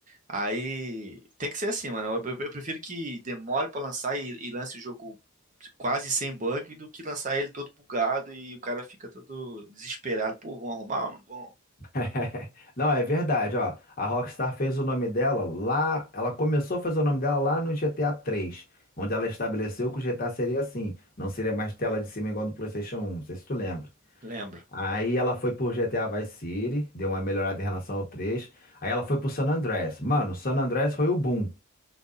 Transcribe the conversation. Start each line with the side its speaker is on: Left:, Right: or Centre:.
Right: Aí tem que ser assim, mano. Eu, eu- eu prefiro que demore pra lançar e, e lance o jogo quase sem bug do que lançar ele todo bugado e o cara fica todo desesperado. Pô, vão arrumar ou não vão?
Left: <laughs> Não, é verdade, ó. A Rockstar fez o nome dela lá, ela começou a fazer o nome dela lá no GTA 3, onde ela estabeleceu que o GTA seria assim, não seria mais tela de cima igual no PlayStation 1, não sei se tu lembra.
Right: Lembro.
Left: Aí ela foi pro GTA Vice City, deu uma melhorada em relação ao 3. Aí ela foi pro San Andreas. Mano, San Andreas foi o boom.